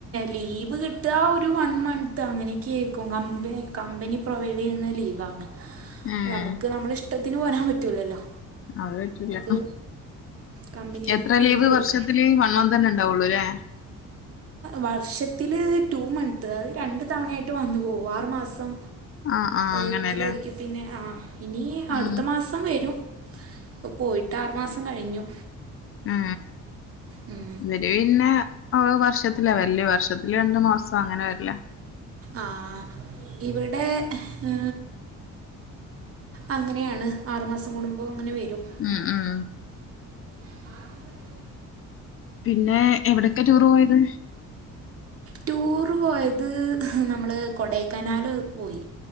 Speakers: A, on the right (about 45°); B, on the left (about 45°).
A: ലീവ് കിട്ട് ഇതാ ഒരു വൺ മന്ത് അങ്ങനെയൊക്കെ ആക്കും കമ്പ കമ്പനി പ്രൊവൈഡ് ചെയ്യുന്ന ലീവാണ്
B: ഏഹ്
A: നമുക്ക് നമ്മള ഇഷ്ടത്തിന് പോരാൻ പറ്റൂലല്ലോ
B: അത് വെയ്യ്ക്കുല്ല
A: അത് കമ്പനി
B: എത്ര ലീവ്
A: കൊടുക്കണം
B: വർഷത്തില് വന്ന് അ തന്നെ ഉണ്ടാവുള്ളു അല്ലേ
A: വർഷത്തില് ടു മന്ത് അത് രണ്ട് തവണയായിട്ട് വന്നു പോകുമൊ ആറു മാസം
B: ആഹ് ആഹ്
A: ഏത്തിലോരിക്കൽ
B: അങ്ങനെല്ലേ
A: പിന്നെ ആ ഇനി അടുത്ത
B: ഉം
A: മാസം വെരും ഇപ്പൊ പോയിട്ട് ആറു മാസം കഴിഞ്ഞു
B: ആ
A: ഉം
B: ഇവര് പിന്നെ വർഷത്തിലാ വരല്ലേ വർഷത്തില് രണ്ടു മാസം അങ്ങനെ വരില്ല
A: ആഹ ഇവിടെ ഉ അങ്ങനെയാണ് ആറു മാസം കൂടുമ്പോൾ അങ്ങനെ വരും
B: ആ ആ
A: ആ
B: പിന്നെ എവിടെയൊക്കെ ടൂർ പോയത്
A: ടൂറ് പോയത് നമ്മള് കൊടൈക്കനാൽ പോയി